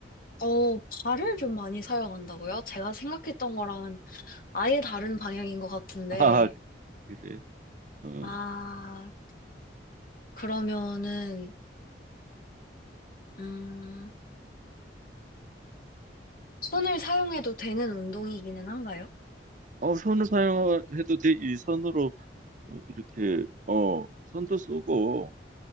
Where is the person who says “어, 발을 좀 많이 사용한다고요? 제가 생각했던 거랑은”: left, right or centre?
Left